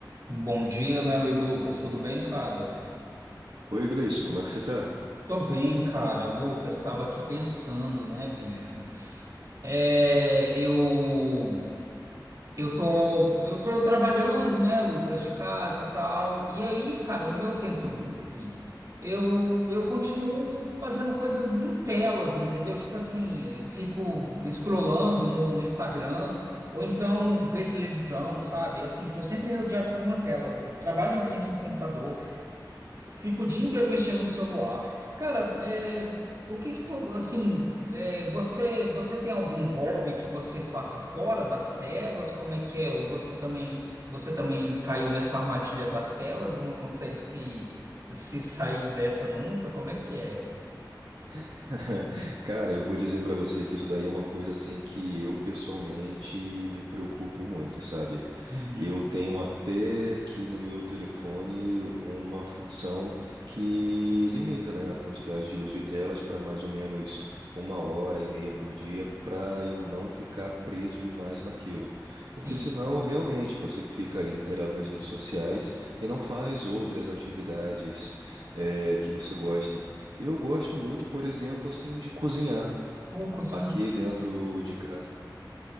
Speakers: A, on the right (about 50°); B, on the right (about 90°).
A: Bom dia, meu amigo Lucas. Tudo bem, cara?
B: Oi, Gleison, como é que você tá?
A: Tô bem, cara. Lucas, tava aqui pensando, né, bicho? É, eu eu tô eu tô trabalhando, né, Lucas, de casa e tal. E aí, cara, no meu tempo
B: Uhum.
A: livre, eu eu continuo fazendo coisas em telas, entendeu? Tipo assim, eh, fico scrollando no, no Instagram ou então ver televisão, sabe? Assim, tô sempre rodeado por uma tela. Trabalho em frente ao computador Fico o dia inteiro mexendo no celular. Cara, é, o que que, vo- assim, é, você, você tem algum hobby que você faça fora das telas? Como é que é? Ou você também, você também caiu nessa armadilha das telas e não consegue se, se sair dessa nunca? Como é que é?
B: <laughs> Cara, eu vou dizer pra você que isso daí é uma coisa assim que eu pessoalmente me preocupo muito, sabe?
A: Uhum.
B: Eu tenho até aqui no meu telefone uma função que limita, né, a quantidade de uso de telas para mais ou menos uma hora e meia por dia, para eu não ficar preso demais naquilo. Porque
A: Sim.
B: senão, realmente, você fica ali inteirado nas redes sociais e não faz outras atividades, eh, que você gosta. Eu gosto muito, por exemplo, assim, de cozinhar
A: Pô, cozinhar.
B: aqui dentro de casa.